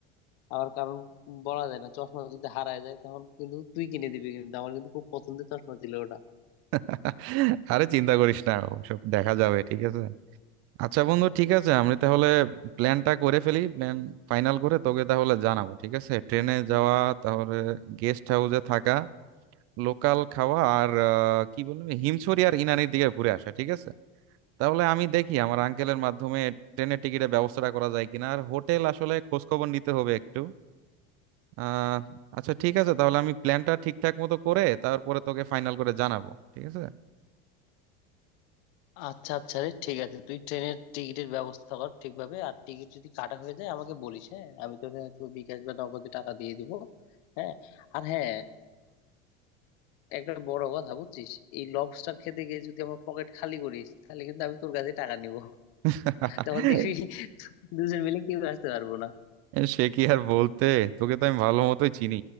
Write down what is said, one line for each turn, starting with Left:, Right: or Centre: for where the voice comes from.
Left: আবার কারণ বলা যায় না চশমা যদি হারায় যায় তখন কিন্তু তুই কিনে দিবি কিন্তু আমার কিন্তু খুব পছন্দের চশমা ছিল ওটা
Right: <laughs> আরে চিন্তা করিস না ওসব দেখা যাবে ঠিক আছে আচ্ছা বন্ধু ঠিক আছে আমি তাহলে প্ল্যানটা করে ফেলি প্ল্যান ফাইনাল করে তোকে তাহলে জানাবো ঠিক আছে ট্রেনে যাওয়া তাহলে গেস্ট হাউসে থাকা লোকাল খাওয়া আর আহ, কি বলবো হিমছড়ি আর ইনানির দিকে ঘুরে আসা ঠিক আছে তাহলে আমি দেখি আমার আঙ্কেলের মাধ্যমে ট্রেনের টিকিটের ব্যবস্থাটা করা যায় কিনা আর হোটেল আসলে খোঁজ খবর নিতে হবে একটু আহ আচ্ছা ঠিক আছে তাহলে আমি প্ল্যানটা ঠিকঠাক মতো করে তারপরে তোকে ফাইনাল করে জানাবো ঠিক আছে
Left: আচ্ছা আচ্ছা রে ঠিক আছে তুই ট্রেনের টিকিটের ব্যবস্থা কর ঠিকভাবে আর টিকিট যদি কাটা হয়ে যায় আমাকে বলিস হ্যাঁ আমি তোর হয়তো বিকাশ বা নগদে টাকা দিয়ে দিব হ্যাঁ আর হ্যাঁ একটা বড় কথা বুঝছিস এই লবস্টার খেতে গিয়ে যদি আমার পকেট খালি করিস তাহলে কিন্তু আমি তোর কাছে টাকা নিব
Right: <laughs>
Left: তখন দেখবি দুজন মিলে কেউ আসতে পারবো না
Right: সে কি আর বলতে তোকে তো আমি ভালো মতোই চিনি